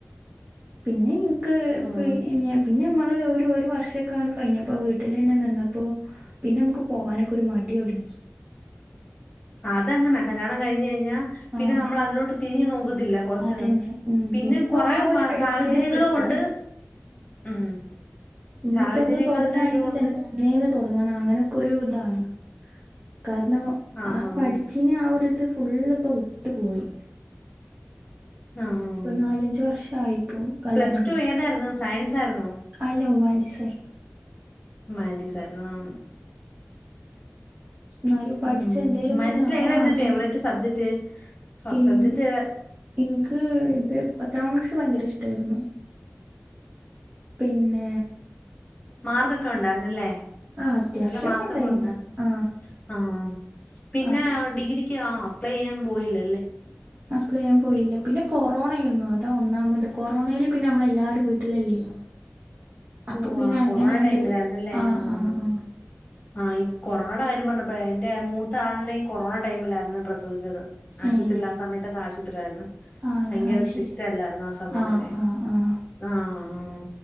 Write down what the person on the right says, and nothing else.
പിന്നെ ഇൻക്ക്
പിന്നെ പിന്നെ മ്മ
ഒരു വർഷക്കാണ്ട് കഴിഞ്ഞപ്പോ വീട്ടിലെന്നെ നിന്നപ്പോ പിന്നെ നമുക്ക് പോകാനൊക്കെ ഒരു മടി തുടങ്ങി
ആഹ്
അതന്നെ
ഉം
ഇപ്പൊ
ആ ഒരു
ടച്ചേ
വിട്ട്
ഇനിയിപ്പ
നമ്മൾ തുടങ്ങുകയാണെങ്കിൽ
തന്നെ ഒന്നേന്ന്തൊട് തുടങ്ങണം അങ്ങനെക്കൊരു താണ് കാരണം
ആ
പഠിച്ചെന് ആ ഒരു ത് ഫുള്ള്പ്പൊ വിട്ടു പോയി.
പ്പൊ നാലഞ്ചു വർഷയിപ്പോ കല്യാണം
കഴിഞ്ഞിട്ട്
അല്ല ഉമാന്റിസയ്
ന്നാലു പഠിച്ചെന്തേലൊക്കെ
ഒന്ന് ആവാൻ
ആഗ്രഹണ്ട്
ഇൻ
ഇൻക്ക് ഇത് എക്കണോമിക്സ് ഭയങ്കര ഇഷ്ടായിരുന്നു പിന്നേ
ആ അത്യാവശ്യമൊക്കെ
ഉണ്ടായിരുന്നു
ആ
അപ്പൊ
പ്ലയ്യാൻ പോയില്ല. പിന്നെ കൊറോണ ആയിരുന്നു അതാ ഒന്നാമത് കൊറോണയിൽ പിന്നെ അമ്മള എല്ലാവരും വീട്ടിലല്ലേനോ അപ്പൊ
പിന്നെ
അങ്ങനെയണ്ട്
ആഹ് ആഹ് ആഹ്
ഏഹ്
ആഹ്
അത്
ശരി
ആഹ് ആഹ് ആഹ്